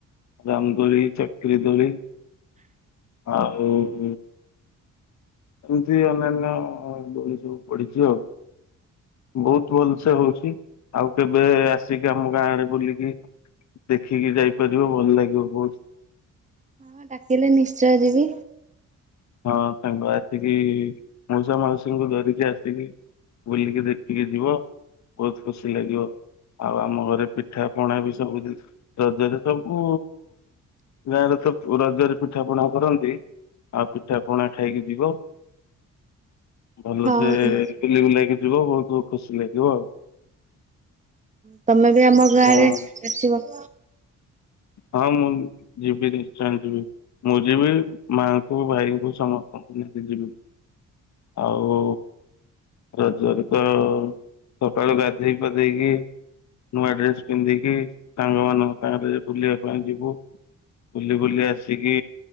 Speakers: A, on the left; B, on the right.
A: ରାମ ଦୋଳି ଚକିରି ଦୋଳି। ଆଉ । ଏମିତି ଅନ୍ୟାନ୍ୟ ଦୋଳି ସବୁ ପଢିଚି ଆଉ ବହୁତ ଭଲ ସେ ହଉଚି ଆଉ କେବେ ଆସିକି ଆମ ଗାଁ ଆଡେ ବୁଲିକି ଦେଖିକି ଯାଇପାରିବ ଭଲ ଲାଗିବ ବହୁତ।
B: ହଁ ଡାକିଲେ ନିଶ୍ଚୟ ଯିବି।
A: ହଁ ସାଙ୍ଗ ଆସିକି ମଉସା ମାଉସୀଙ୍କୁ ଧରିକି ଆସିକି ବୁଲିକି ଦେଖିକି ଯିବ। ବହୁତ ଖୁସି ଲାଗିବ। ଆଉ ଆମ ଘରେ ପିଠା ପଣା ବି ସବୁ ରଜରେ ସବୁ ଗାଁରେ ତ ରଜରେ ପିଠା ପଣା କରନ୍ତି। ଆଉ ପିଠା ପଣା ଖାଇକି ଯିବ। ଭଲସେ
B: ହଁ
A: ବୁଲି ବୁଲାଇକି ଯିବ ବହୁତ ବହୁତ ଖୁସି ଲାଗିବ ଆଉ।
B: ତମେ ବି ଆମ ଗାଁ
A: ହଁ
B: ଆଡେ ଆସିବ।
A: ହଁ ମୁଁ ଯିବି ନିଶ୍ଚୟ ଯିବି ମୁଁ ଯିବି ମାଙ୍କୁ, ଭାଇଙ୍କୁ ସମସ୍ତଙ୍କୁ ନେଇକି ଯିବି ଆଉ ରଜରେ ତ ସକାଳୁ ଗାଧେଇ ପାଧେଇକି ନୂଆ ଡ୍ରେସ୍ ପିନ୍ଧିକି ସାଙ୍ଗ ମାନଙ୍କ ସାଙ୍ଗରେ ବୁଲିବା ପାଇଁ ଯିବୁ ବୁଲି ବୁଲି ଆସିକି